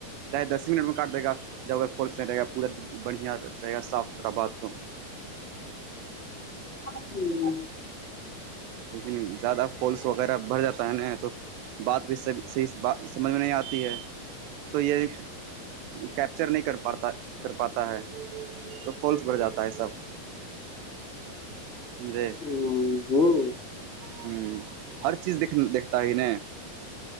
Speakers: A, on the right (about 80°); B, on the left (about 70°).
A: چاہے دس ہی منٹ میں کاٹ دے گا جب اگر فالس نہیں رہے گا پورا بڑھیا رہے گا صاف ستھرا بات تو
B: جی
A: لیکن زیادہ فالس وغیرہ بھرھ جاتا ہے نہیں تو بعد بھی سب صحیح بات سمجھ میں نہیں آتی ہے تو یہ کیپچر نہیں کر پاتا کر پاتا ہے تو فالس بھر جاتا ہے سب سمھے
B: ہ ہ
A: ہوں ہر چیز د دیکھتا ہے ن